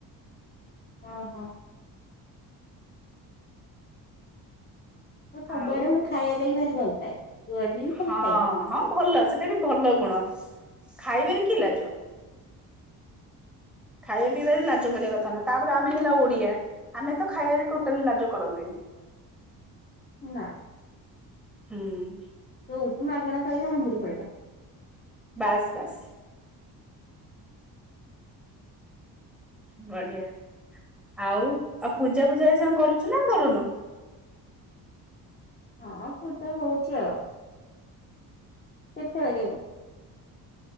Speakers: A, on the left; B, in the centre.
A: ହଁ ହଁ ସେ ସବୁଆଡେ
B: ଆଉ
A: ମୁଁ ଖାଇଆ ଲାଗି ଭାରି ଭଲ ପାଏ। ଯୁଆଡେ ଯିବି ଖାଲି
B: ହଁ
A: ଖାଇବି।
B: ହଁ ଭଲ ସେଟା ବି ଭଲ ଗୁଣ, ଖାଇବାରେ କି ଲାଜ। ଖାଇବା ପିଇବାରେ ଲାଜ କରିଆ କଥା ନୁହେଁ। ତାପରେ ଆମେ ହେଲା ଓଡିଆ, ଆମେ ତ ଖାଇଆରେ ଟୋଟାଲି ଲାଜ କରନ୍ତିନି।
A: ନା।
B: <inaudible> ହୁଁ।
A: ଯୋଉଠି ମାଗଣା ପାଇବା, ହାଂବୁଡି ପଡିବା।
B: ବାସ୍ ବାସ୍। ବଢିଆ, ଆଉ ଆଉ ପୂଜା ଫୂଜା ଏସୁଣା କରୁଛୁ ନା? ଆଉ କରୁନୋଉଁ?
A: ହଁ ପୂଜା ହୋଉଚି ଆଉ, <inaudible> କେତେବେଳେ କେବେ।